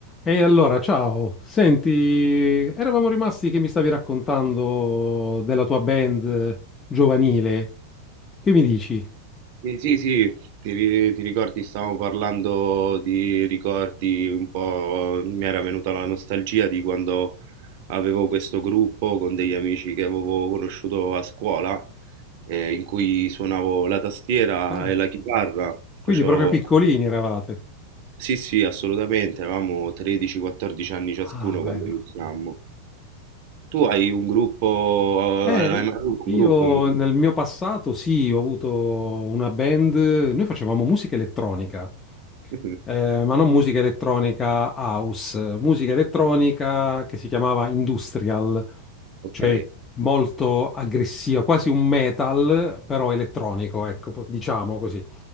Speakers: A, on the left; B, on the right.
A: E allora, ciao. Senti, eravamo rimasti che mi stavi raccontando della tua band giovanile. Che mi dici?
B: Sì, sì, sì, ti, ri- ti ricordi, stavamo parlando di ricordi un po', mi era venuta la nostalgia di quando avevo questo gruppo con degli amici che avevo conosciuto a scuola, eh, in cui suonavo la tastiera
A: Ah,
B: e la chitarra,
A: quindi
B: facevo...
A: proprio piccolini eravate.
B: Sì, sì, assolutamente, avevamo 13-14 anni ciascuno
A: Ah,
B: quando
A: bello.
B: iniziammo. Tu hai un gruppo, eh,
A: Eh,
B: hai mai avuto
A: io
B: un gruppo in...
A: nel mio passato sì, ho avuto una band, noi facevamo musica elettronica,
B: <laughs>
A: eh, ma non musica elettronica house, musica elettronica che si chiamava industrial,
B: Ok.
A: cioè molto aggressiva, quasi un metal, però elettronico, ecco, po- diciamo così.